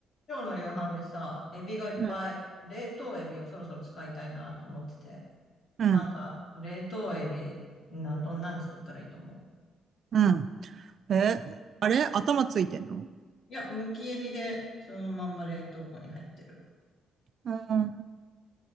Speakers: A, on the left; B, on the right.
A: 今日の夕飯でさ、エビがいっぱい、
B: うん、
A: 冷凍エビをそろそろ使いたいなと思ってて。
B: うん、
A: なんか、冷凍エビ、な、どんなん作ったらいいと思う
B: うん。え、あれ頭ついてんの
A: いや、むきエビで、そのまんま冷凍庫に入ってる。
B: うん。